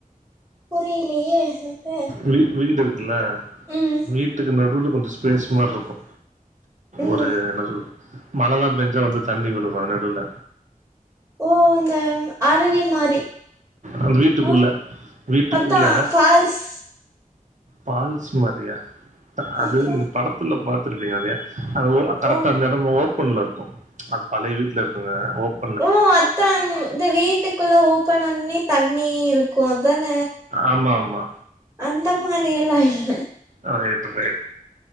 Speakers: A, on the right; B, on the right.
A: புரியலையே எனக்கு
B: வி வீடு இருக்குல்ல
A: ம்
B: வீட்டுக்கு நடுவுல கொஞ்சோ ஸ்பேஸ் மாரி இருக்கு
A: ம்
B: ஒரு என்ன சொல் மழலா பெஞ்சா வந்து தண்ணி விழுவா நெடுல
A: ஓ அந்த அருவி மாரி
B: அந்த வீட்டுக்குள்ள
A: ஆ
B: வீட்டுக்குள்ள
A: அதா ஃபால்ஸ்
B: பால்ஸ் மாரியா அது
A: அப்றோ
B: நீங்க படத்துல பாத்துருப்பீங்க நெறையா அதுவு கரெக்டா
A: ஓ
B: அந்த எடம் ஓபன்ல இருக்கு அது பழைய வீட்ல இருக்குங்க ஓப்
A: ஓ அதான் இந்த வீட்டுக்குள்ள ஓபன்னோனே தண்ணி இருக்கோ அதான
B: ஆமா ஆமா
A: அந்த மாரி எல்லா இல்ல
B: ஆ எட்டு பேரு